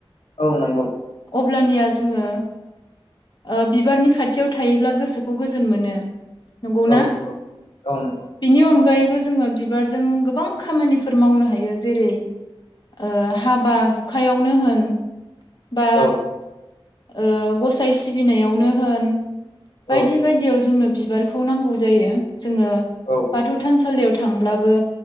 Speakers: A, on the left (about 65°); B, on the left (about 50°).
A: औ नंगौ।
B: अब्लानिया जोङो ओ बिबारनि खाथियाव थायोब्ला गोसोखौ गोजोन मोनो। नंगौना?
A: औ नंगौ औ नंगौ
B: बिनि अनगायै बो जोङो बिबारजों गोबां खामानिफोर मावनो हायो। जेरै ओ हाबा हुखायावनो होन बा
A: औ
B: ओ गसाइ सिबिनायावनो होन बायदि
A: औ
B: बायदियाव जोंनो बिबारखौ नांगौ जायो। जोङो
A: औ
B: बाथौ थानसा लियाव थांब्लाबो